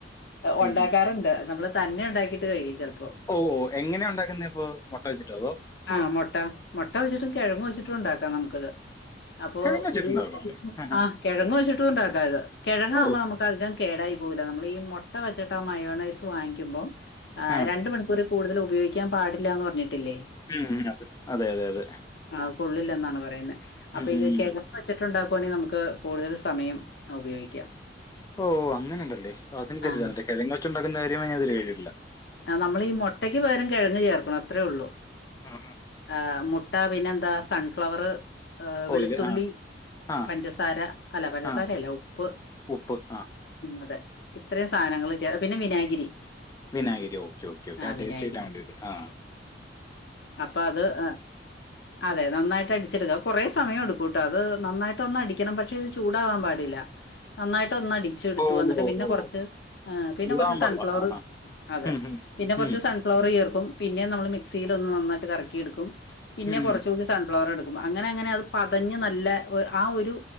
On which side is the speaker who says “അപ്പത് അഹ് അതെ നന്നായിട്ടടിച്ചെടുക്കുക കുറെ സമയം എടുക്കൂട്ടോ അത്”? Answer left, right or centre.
Left